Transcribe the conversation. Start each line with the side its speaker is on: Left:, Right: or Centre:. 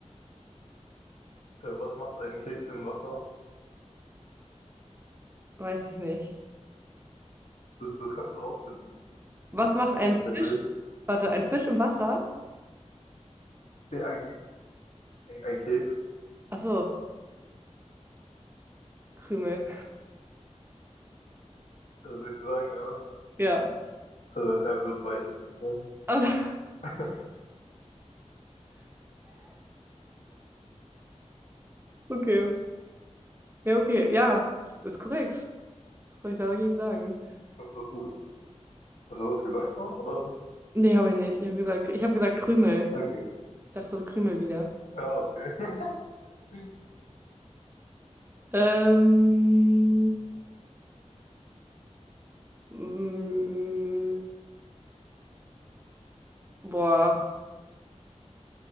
Left: Äh, was macht ein Keks im Wasser?
Right: Weiß ich nicht.
Left: Das, das kannst du rausfinden,
Right: Was macht ein
Left: tatsächlich.
Right: Fisch? Warte, ein Fisch im Wasser?
Left: Ja, ein, Ke- ein, ein Keks,
Right: Achso, Krümel.
Left: also ich dir sagen, ja.
Right: Ja.
Left: Also er wird weich später.
Right: Also, <laughs>
Left: <laughs>
Right: okay. Ja, okay. Ja, ist korrekt. Was soll ich dagegen sagen?
Left: Hast du das, hast du das gesagt auch, oder?
Right: Nee, habe ich nicht. Ich habe gesagt, ich hab gesagt Krümel.
Left: Okay.
Right: Ich dachte Krümel wieder.
Left: Ja, okay. <laughs>
Right: Ähm, mm, boah,